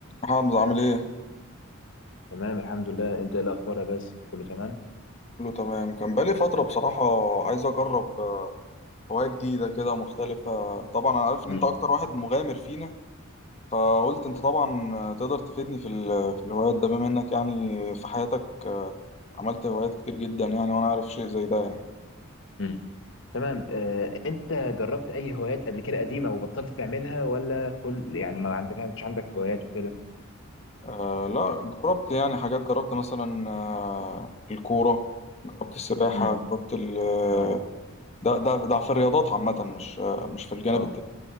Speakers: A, on the left (about 30°); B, on the left (about 65°).
A: حمزة عامل ايه؟
B: تمام الحمد لله انت ايه الاخبار يا باسل كله تمام
A: كله تمام كان بقالي فترة بصراحة عايز أجرب آه، هواية جديدة كده مختلفة طبعا أنا عارف إن
B: مم.
A: أنت أكتر واحد مغامر فينا فقلت أنت طبعا آه، تقدر تفيدني في ال- في الهوايات ده بما إنك يعني في حياتك آه، عملت هوايات كتير جدا يعني وأنا عارف شيء زي ده يعني
B: مم. تمام آه، انت جربت اي هوايات قبل كده قديمه وبطلت تعملها ولا كل يعني ما عندك كانش عندك هوايات وكده
A: آه، لا جربت يعني حاجات جربت مثلا آه، الكورة جربت السباحة
B: مم.
A: جربت ال آه،
B: اه
A: ده ده ده في الرياضات عامة مش آه، مش في الجانب
B: اه
A: التاني